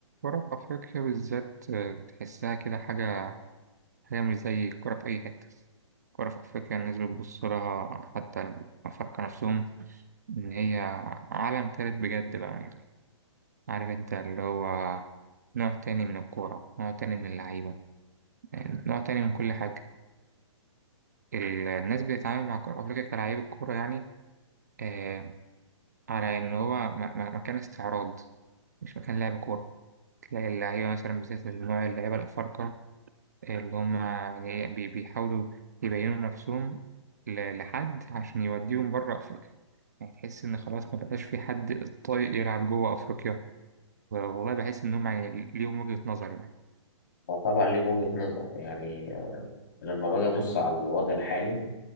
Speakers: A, on the right (about 35°); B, on the left (about 40°).
A: الكرة في أفريقيا بالذات آه، تحسها كده حاجة حاجة مش زي الكرة في أي حتة الكرة في أفريقيا الناس بتبص لها حتى الأفارقة نفسهم إن هي عالم تالت بجد بقى يعني عارف أنت اللي هو نوع تاني من الكورة نوع تاني من اللعيبة يعني نوع تاني من كل حاجة ال- الناس بتتعامل مع كرة أفريقيا كلاعيب الكورة يعني آه على إن هو م- م- مكان استعراض مش مكان لعب كورة تلاقي اللعيبة مثلا بالذات نوع اللعيبة الأفارقة اللي هم يعني إيه بي- بيحاولوا يبينوا نفسهم ل- لحد عشان يوديهم بره أفريقيا يعني تحس إن خلاص ما بقاش في حد طايق يلعب جوه أفريقيا والله بحس إنهم يعني ليهم وجهة نظر يعني
B: ما طبعا ليه وجهة نظر يعني لما باجي أبص على الوضع الحالي